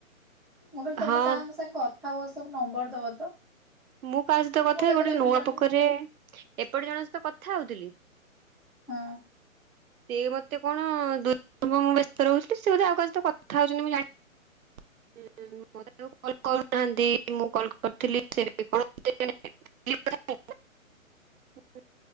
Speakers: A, in the centre; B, on the right.
A: ମୁଁ କହିଲି ତମେ
B: ହଁ
A: କହାଙ୍କ ସାଙ୍ଗେ କଥା ହୁଅ ସବୁ ନମ୍ବର ଦବ ତ?
B: ମୁଁ କାହା ସହିତ କଥା
A: ମୁଁ କେତେଟା
B: ହୁଏ ଗୋଟେ ନୂଆ
A: ପିଲାଙ୍କୁ
B: ପୋଖରୀ ରେ ଏପଟେ ଜଣଙ୍କ ସହିତ କଥା ହଉଥିଲି
A: ହୁଁ।
B: ସିଏ ମତେ କଣ <unintelligible> ବେସ୍ତ ରହୁଚି ସିଏ ବୋଧେ ଆଉ କାହା ସହ କଥା ହୋଉଛନ୍ତି ମୁଁ <unintelligible> <unintelligible>
A: <inaudible>
B: <unintelligible>